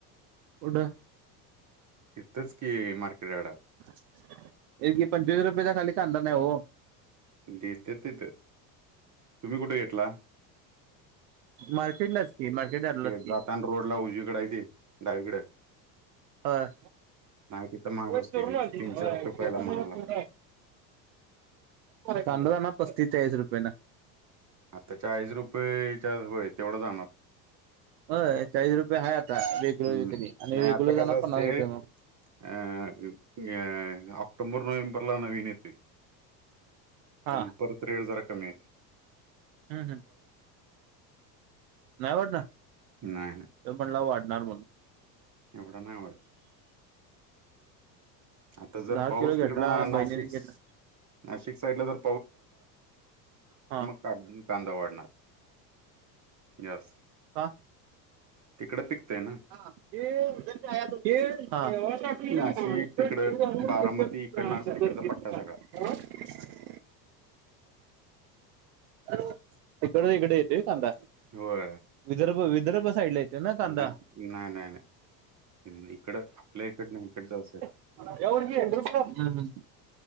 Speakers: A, on the right; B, on the right.
A: कुठं?
B: तिथच की, मार्केट यार्डात.
A: एक बी पंचवीस रुपयेच्या खाली कांदा नाही हो.
B: देतेत तिथं. तुम्ही कुठं घेतला?
A: मार्केटलाच की. मार्केट यार्डलाच
B: ते
A: की.
B: जाताना रोडला उजवीकड हाय ती. डावीकड.
A: होय.
B: तिथं महाग असते
A: चोरून
B: तिथं
A: आणली.
B: तीन
A: होय.
B: चार रुपये पहिला महाग लागते
A: कांदा
B: हम्म.
A: जाणार पस्तीस - चाळीस रुपयानं.
B: आता चाळीस रुपये च्या होय, तेवढं जाणार.
A: होय. चाळीस रुपये हाय आता. रेग्युलर
B: हम्म
A: विक्री. आणि
B: नाही
A: रेग्युलर
B: आता
A: जानार
B: कसं असते
A: पन्नास रुपये मग.
B: अ अ ऑक्टोंबर, नोव्हेंबरला नवीन येतोय.
A: हा
B: त्यामुळे परत रेट जरा कमीयत.
A: हम्म, हम्. नाही वाढणार?
B: नाही
A: तर म्हणला वाढणार म्हणून.
B: एवढं नाही वाडतं. आता जर
A: दहा
B: पाऊस
A: किलो घेतला.
B: तिकडं ना नाशिक
A: बहिणीनी गेत
B: नाशिक साईडला जर
A: हां.
B: अजून कांदा वाढणार. यस.
A: का?
B: तिकडं पिकतंय ना.
A: हा. ते <unintelligible> हा, केवळ
B: नाशिक तिकडं
A: छत्री
B: बारामती
A: नाही
B: इकडनं
A: का
B: असं तिकडचा पट्टा
A: आणली?
B: सगळा
A: <inaudible> हॅलो. इकड, इकडे येतेय कांदा.
B: होय.
A: विदर्भ, विदर्भ साईडला येते ना कांदा
B: वि नाही, नाही, नाही. इकड, आपल्या इकडन, इकडचं असंय.
A: <inaudible> हं. हं.